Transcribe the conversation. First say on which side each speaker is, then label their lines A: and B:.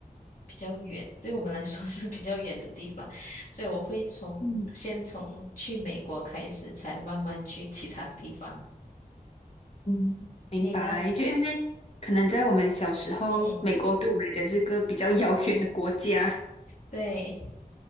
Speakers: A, on the left (about 60°); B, on the left (about 40°).
A: 比较远，对我们来说是比较远的地方，所以我会从先从去美国开始，
B: 嗯
A: 才慢慢去其他地方。
B: 嗯，明白。
A: 你呢？
B: 就因为可能在我们小时候，
A: 嗯，
B: 美国对我们来讲是个比较遥远的国家。
A: 对，